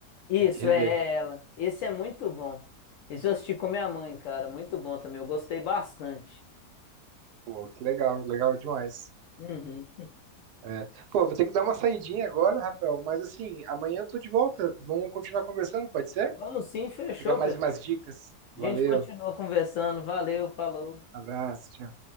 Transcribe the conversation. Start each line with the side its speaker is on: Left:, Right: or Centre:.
Left: Isso,
Right: Tem que rever.
Left: é ela. Esse é muito bom. Esse eu assisti com minha mãe, cara. Muito bom também. Eu gostei bastante.
Right: Pô, que legal, legal demais.
Left: Uhum.
Right: É. Pô, vou ter que dar uma saidinha agora, Rafael, mas assim, amanhã eu tô de volta. Vamos continuar conversando, pode ser?
Left: Vamos sim, fechou,
Right: Pegar mais
Left: Pedrão.
Right: umas dicas. Valeu,
Left: A gente continua conversando. Valeu, falou.
Right: abraço, tchau.